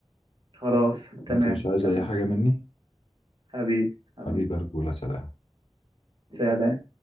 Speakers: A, on the right; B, on the left.
A: خلاص تمام
B: انت مش عايز
A: تمام
B: اي حاجه مني
A: حبيبي حبيبي
B: حبيبي ارجوله سلام
A: سلام